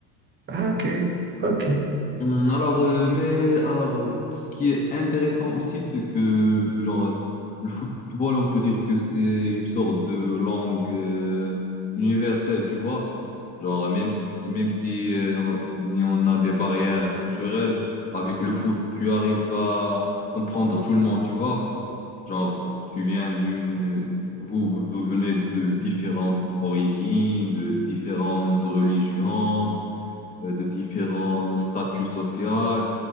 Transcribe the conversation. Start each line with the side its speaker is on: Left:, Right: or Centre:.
Right: Ah, ok, ok.
Left: Hum, Alors, euh, mais alors, euh, ce qui est intéressant aussi, c'est que euh, genre euh, le football, on peut dire que c'est une sorte de langue euh, universelle, tu vois. Genre, euh, même si, même si euh, on, il y en a des barrières culturelles, avec le foot, tu arrives à comprendre tout le monde, tu vois. Genre, tu viens d'une, vous, vous vous venez de différentes origines, de différentes religions euh, de différents statuts sociaux.